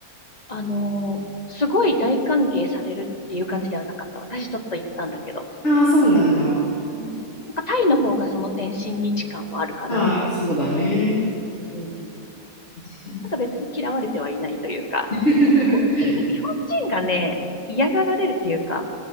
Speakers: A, on the left; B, on the left.
A: あのーすごい大歓迎されるっていう感じではなかった。私ちょっと行ったんだけど。
B: ああ、そうなんだ。
A: うんなんかタイの方がその点親日感はあるかなと
B: ああ、そうだね。
A: うんうん。
B: 確かに。
A: ただ別に嫌われてはいないというか、
B: <laughs>
A: まあ日本人、日本人がね、嫌がられるというか、っ